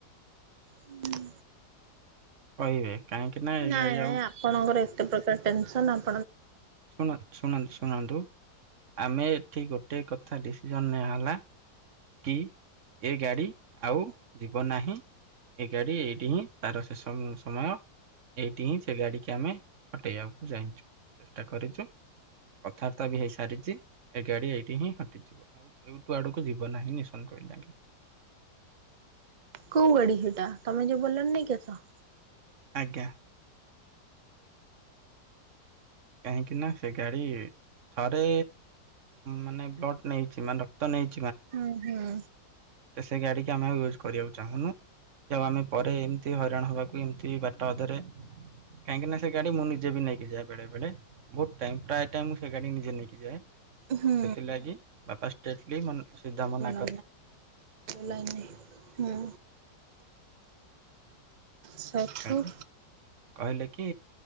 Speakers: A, on the right; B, on the right.
A: ହୁଁ।
B: କହିବେ କାହିଁକି ନା ଏ
A: ନାଇଁ
B: ଗାଡି
A: ନାଇଁ
B: ଆଉ
A: ଆପଣଙ୍କର ଏତେ ପ୍ରକାର ଟେନସନ୍ ଆପ୍
B: ଶୁଣନ୍ତ୍ ଶୁଣାନ୍ତୁ ଶୁଣାନ୍ତୁ। ଆମେ ଏଠି ଗୋଟେ କଥା ଡିସିଜନ୍ ନିଆହେଲା କି ଏ ଗାଡି ଆଉ ଯିବ ନାହିଁ। ଏଇ ଗାଡ଼ି ଏଇଠି ହିଁ ତାର ଶେଷ ହୁଁ ସମୟ। ଏଇଠି ହିଁ ସେ ଗାଡିିକି ଆମେ ହଟେଇବାକୁ ଚାହିଁଛୁ ଚେଷ୍ଟା କରିଛୁ। କଥାବାର୍ତ୍ତା ବି ହେଇ ସାରିଛି। ଏଗାଡି ଏଇଠି ହିଁ ହଟିଯିବ ଆଉ ଏଇଠୁ ଆଡକୁ ଯିବ୍ ବ ନାହିଁ ନିଶନ କହିଲାଙ୍କି।
A: କୋଉ ଗାଡି ସେଟା ତମେ ଯଉ ବେଲର୍ ନେଇକି ଆସ?
B: ଆଜ୍ଞା। କାହିଁକିନା ସେ ଗାଡି ଥରେ ମାନେ ବ୍ଲଡ ନେଇଛି ମାନେ ରକ୍ତ ନେଇ
A: ହୁଁ ହୁଁ।
B: ତ ସେ ଗାଡିିକି ଆମେ ଆଉ ୟୁଜ୍ କରିବାକୁ ଚାହୁଁନୁ କି ଆଉ ଆମେ ପରେ ଏମିତି ହଇରାଣ ହବାକୁ ଏମିତି ବାଟ ଅଧରେ କାହିଁକି ନା ସେ ଗାଡି ମୁଁ ନିଜେ ବି ନେଇକି ଯାଏ ବେଳେ ବେଳେ ମୋ ଟାଇମ୍ ପ୍ରାୟ ଟାଇମ୍ ସେ ଗାଡି ନିଜେ ନେଇକି ଯାଏ।
A: ହୁଁ।
B: ସେଥିଲାଗି ବାପା ଷ୍ଟ୍ରେଟଲି ମନ୍ ସିଧାମନା
A: <unintelligible> ଲାଇନ୍ ନାହିଁ। ହୁଁ ସକ୍ଷୁ।
B: କହିଲେ କହିଲେ କି